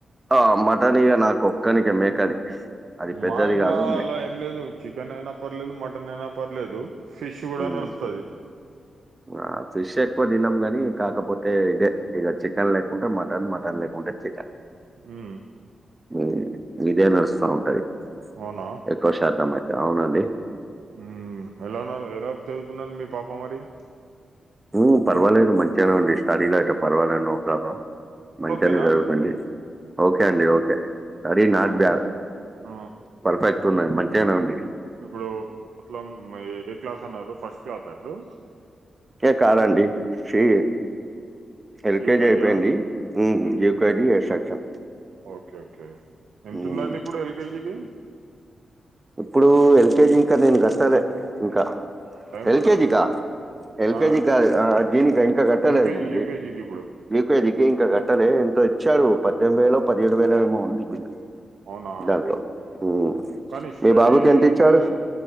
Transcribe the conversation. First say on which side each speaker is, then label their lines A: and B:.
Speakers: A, on the right; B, on the right.
A: ఆ మటన్ ఇగ నాకు ఒక్కనిక
B: ఉమ్,
A: మేకది అది పెద్దది
B: మా ఇంట్లో
A: కాదు మే
B: అలా లేదు చికెన్ అయినా పర్లేదు మటన్ అయినా పర్లేదు ఫిష్ కూడా
A: హ్మ్.
B: నడుస్తది
A: ఆ ఫిష్ ఎక్కువ తినం గాని కాకపోతే ఇదే ఇక చికెన్ లేకుంటే మటన్ మటన్ లేకుంటే చికెన్
B: హూ
A: హు మీదే నడుస్తా ఉంటది
B: అవునా
A: ఎక్కువ శాతం అయితే అవునండి
B: హు ఎలా ఉన్నారు ఎలా చదువుతున్నాండి మీ పాప మరి
A: హు పర్వాలేదు మంచిగానే ఉండి స్టడీలో అయితే పర్వాలేదు నో ప్రాబ్లెం మంచి
B: ఓకేనా
A: గానే చదువుతుంది ఓకే అండి ఓకే సరీ నాట్
B: ఆ,
A: బేడ్
B: ఆ,
A: పర్ఫెక్ట్ ఉన్నది మంచిగానే ఉండి
B: ఇప్పుడు మొత్తలం ఏ క్లాస్ అన్నారు ఫస్ట్ క్లాస్ ఆ ఇప్పుడు
A: హే కాదండి ఫ్రీ ఎల్కేజీ
B: యూకేజా
A: అయిపోయింది ఊ
B: యూ
A: యూకేజీ ఎస్టక్షన్
B: ఓకే ఓకే ఎంతుమ్దండి
A: హ్మ్.
B: ఇప్పుడు ఎల్కేజీకి
A: ఇప్పుడు ఎల్కేజి ఇంకా నేను గట్టలే ఇంకా
B: టైం
A: ఎల్కేజీకా
B: ఉన్నది
A: ఎల్కేజి
B: ఆ
A: కాదు ఆ జీని ఇంకా కట్టలేదండి
B: యూకేజీ యూకేజీకి ఇప్పుడు
A: యుకెజికి ఇంకా కట్టలే ఎంతో ఇచ్చాడు పద్దెనిమిది వేలో పదిహేడు వేలు ఏమో ఉంది బిల్లు
B: అవునా
A: దాంట్లో ఉమ్.
B: కానీ స్టడీ
A: మీ బాబుకి ఎంత
B: అయితే
A: ఇచ్చాడు